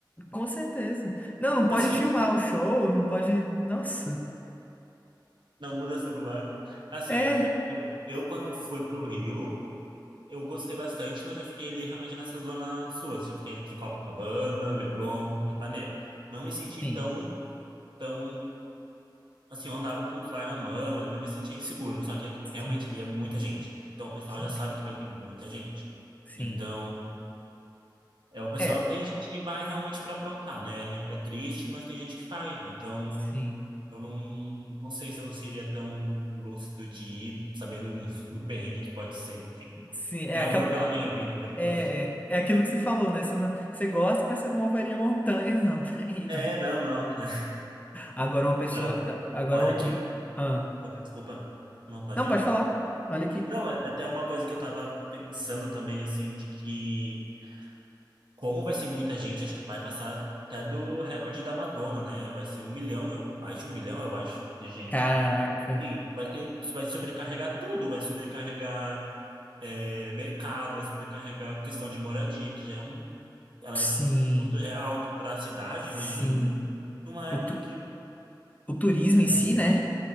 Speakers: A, on the left; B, on the right.
A: com certeza. Não, não
B: Assim,
A: pode filmar o show, não pode. Nossa.
B: não usa celular, não. Assim,
A: É.
B: eu, eu quando fui pro Rio. Eu gostei bastante, mas eu fiquei ali realmente nessa zona sua, assim, fiquei entre Copacabana, Leblon e Ipanema. Não me senti
A: Sim,
B: tão, tão, assim, eu andava com o celular na mão, eu não me sentia inseguro, só que aqui
A: sim,
B: realmente ali é muita gente. Então o pessoal
A: sim,
B: já sabe que vai ter muita gente.
A: sim.
B: Então, é o pessoal
A: É,
B: tem gente que vai realmente para aprontar, né? É triste, mas tem gente que faz. Então,
A: sim,
B: eu não, não sei se eu seria tão lúcido de ir sabendo <laughs> do perrengue que pode ser, enfim.
A: sim. É,
B: Tenho
A: aquela,
B: amor pela
A: é,
B: minha vida, por enquanto.
A: é, é é aquilo que você falou, né? Você, não, você gosta, mas você não moveria montanhas, não, <laughs> pra ir, não.
B: É, não, não. <laughs>
A: Agora uma pessoa.
B: Fora,
A: que- Agora
B: fora
A: um.
B: que.
A: um- ah.
B: Opa, Desculpa. Não, pode
A: Não,
B: ir?
A: pode falar. Olha aqui.
B: Não, é é até uma coisa que eu tava pensando também, assim, de que como vai ser muita gente, acho que vai passar até do recorde da Madonna, né? Vai ser um milhão, eu- mais de um milhão, eu acho, de gente.
A: Caraca.
B: Então, assim, vai ter, vai sobrecarregar tudo, vai sobrecarregar é, mercado, vai sobrecarregar a questão de moradia, que já é um. ela-
A: Sim.
B: o custo já é alto para a cidade,
A: Sim.
B: imagina num- numa época
A: O, tu,
B: que.
A: o turismo em
B: né?
A: si, né?